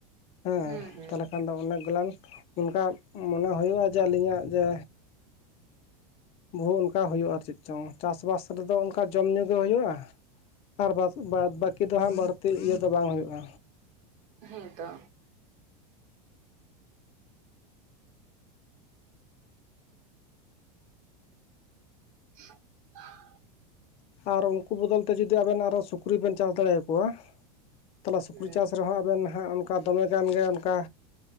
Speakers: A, on the left; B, on the right.
A: ᱦᱮᱸ
B: ᱦᱩᱸ ᱦᱩᱸ
A: ᱛᱟᱦᱚᱞᱮ ᱠᱷᱟᱱ ᱫᱚ ᱚᱱᱮᱠ ᱜᱞᱟᱱ ᱚᱱᱠᱟ ᱢᱚᱱᱮ ᱦᱩᱭᱩᱜᱼᱟ ᱡᱮ ᱟᱹᱞᱤᱧᱟᱜ ᱡᱮ ᱵᱩᱦᱩ ᱚᱱᱠᱟ ᱦᱩᱭᱩᱜᱼᱟ ᱟᱨ ᱪᱮᱫ ᱪᱚᱝ ᱪᱟᱥ ᱵᱟᱥ ᱨᱮᱫᱚ ᱚᱱᱠᱟ ᱡᱚᱢ ᱧᱩ ᱜᱮ ᱦᱩᱭᱩᱜᱼᱟ ᱟᱨ ᱵᱟ ᱵᱟᱫ ᱵᱟᱹᱠᱤ ᱫᱚ ᱦᱟᱸᱜ ᱵᱟᱹᱲᱛᱤ ᱤᱭᱟᱹ ᱫᱚ ᱵᱟᱝ ᱦᱩᱭᱩᱜᱼᱟ
B: ᱦᱮᱸ ᱛᱚ <unintelligible>
A: ᱟᱨ ᱩᱱᱠᱩ ᱵᱚᱫᱚᱞᱛᱮ ᱛᱮ ᱡᱩᱫᱤ ᱟᱵᱮᱱ ᱟᱨᱚ ᱥᱩᱠ ᱥᱩᱠᱨᱤ ᱵᱮᱱ ᱪᱟᱥ ᱫᱟᱲᱮᱭᱟᱠᱚᱣᱟ᱾ ᱛᱟᱦᱚᱞᱮ ᱥᱩᱠᱨᱤ
B: ᱦᱩᱸ
A: ᱪᱟᱥ ᱨᱮᱦᱚᱸ ᱟᱵᱮᱱ ᱦᱟᱸᱜ ᱚᱱᱠᱟ ᱫᱚᱢᱮᱮᱜᱟᱱ ᱜᱮ ᱚᱱᱠᱟ,